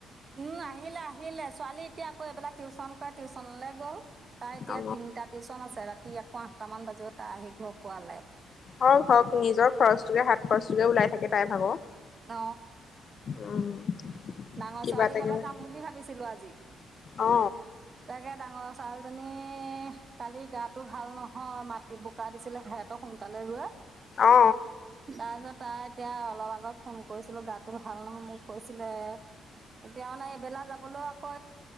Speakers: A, on the right; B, on the left.
A: উম, আহিলে, আহিলে ছোৱালী এতিয়া আকৌ এইবিলাক টিউচন তা টিউচনলৈ গ'ল। তাই এতিয়া
B: অ
A: তিনিটা টিউচন আছে ৰাতি আকৌ আঠটা মান বাজিব। তাই আহি ঘৰ পোৱালে
B: হওঁক হওঁক নিজৰ খৰচটোকে হাত খৰচটোকে ওলাই থাকে তাই ভাগ
A: ন'
B: উম।
A: ডাঙৰ
B: কিবা
A: ছোৱালী
B: এটা
A: গলে
B: কিবা
A: যাম বুলি ভাবিছিলো আজি,
B: অ
A: তাকে ডাঙৰ ছোৱালীজনী কালি গাটো ভাল নহয় মাত <unintelligible> বোকা দিছিলে <unintelligible> সোনকালে ৰোৱে।
B: অ অ
A: তাৰপিছত তাই এতিয়া অলপ আগত ফোন কৰিছিলো, গাতটো ভাল নহয় মোক কৈছিলে এতিয়া মানে এইবেলা যাবলৈ আকৌ,